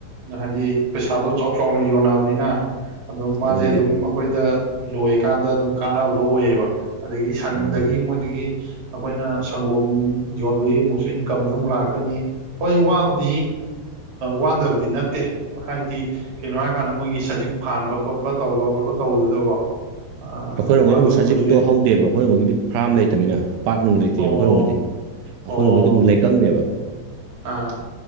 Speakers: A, on the right; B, on the right.
A: ꯍꯥꯏꯗꯤ ꯄꯩꯁꯥꯗꯣ ꯆꯥꯎ ꯆꯥꯎꯅ ꯌꯣꯟꯕꯅꯤꯅ ꯑꯗꯨꯝ ꯃꯥꯖꯦ
B: ꯌꯣꯜꯂꯦ
A: ꯑꯗꯨꯝ ꯑꯩꯈꯣꯏꯗ ꯂꯣꯏꯀꯥꯟꯗ ꯑꯗꯨꯝ ꯀꯥꯟꯅꯕꯗꯣ ꯑꯣꯏꯌꯦꯕ ꯑꯗꯒꯤ ꯁꯟꯗꯒꯤ
B: ꯑ
A: ꯃꯣꯏꯗꯒꯤ ꯑꯩꯈꯣꯏꯅ ꯁꯪꯒꯣꯝ ꯌꯣꯟꯕꯒꯤ ꯑꯃꯨꯛꯁꯨ ꯏꯟꯀꯝꯁꯨ ꯑꯃꯨꯛ ꯂꯥꯛꯇꯣꯏꯅꯤ ꯍꯣꯏ ꯋꯥꯕꯨꯗꯤ ꯋꯥꯗꯕꯗꯤ ꯅꯠꯇꯦ ꯍꯥꯏꯗꯤ ꯀꯩꯅꯣ ꯍꯥꯏꯔꯀꯥꯟꯗ ꯃꯣꯏꯒꯤ ꯁꯖꯤꯛ ꯐꯥꯟꯕ ꯈꯣꯠꯄ ꯇꯧꯕ ꯈꯣꯠꯄ ꯇꯧꯕꯗꯨꯗꯀꯣ ꯑ
B: ꯑꯩꯈꯣꯏꯔꯣꯝꯒꯤꯅ
A: ꯑꯗꯨꯒꯨꯝꯕꯁꯦ
B: ꯑꯃꯨꯛ ꯁꯖꯤꯛꯇꯣ ꯍꯧꯗꯦꯕ ꯑꯩꯈꯣꯏꯔꯣꯝꯒꯤꯗꯤ ꯐꯥ꯭ꯔꯝ ꯂꯩꯇꯃꯤꯅ ꯄꯥꯠ ꯅꯨꯡ ꯂꯩꯇꯦꯕ
A: ꯑꯣ
B: ꯑꯩꯈꯣꯏꯔꯣꯝꯒꯤꯗꯤ ꯑꯩꯈꯣꯏꯅꯈꯩꯗꯤ
A: ꯑꯣ
B: ꯑꯃꯨꯛ ꯂꯩꯀꯪꯅꯦꯕ
A: ꯑꯥ